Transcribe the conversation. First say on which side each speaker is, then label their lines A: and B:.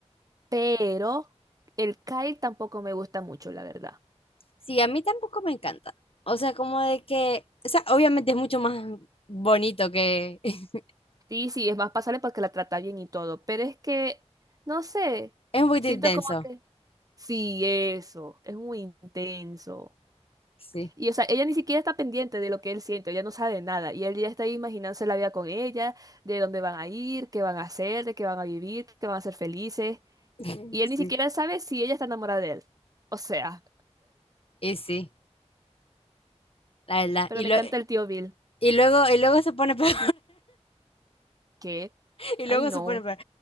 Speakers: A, on the right; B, on the left.
A: Pero el Kyle tampoco me gusta mucho, la verdad.
B: Sí, a mí tampoco me encanta. O sea, como de que, o sea, obviamente es mucho más bonito que... <laughs>
A: Sí, sí, es más pasable porque la trata bien y todo, pero es que, no sé,
B: Es un poquito
A: siento
B: intenso.
A: como que, sí, eso, es muy intenso.
B: Sí,
A: Y o sea, ella ni siquiera está pendiente de lo que él siente, ella no sabe nada, y él ya está ahí imaginándose la vida con ella, de dónde van a ir, qué van a hacer, de qué van a vivir, que van a ser felices,
B: <laughs>
A: y él
B: sí.
A: ni siquiera sabe si ella está enamorada de él. O sea,
B: Y sí, la verdad.
A: pero
B: Y,
A: me
B: lo-
A: encanta el tío Bill.
B: y, luego, y luego se pone <laughs> peor.
A: ¿Qué?
B: <laughs> Y
A: Ay,
B: luego
A: no.
B: se pone peor.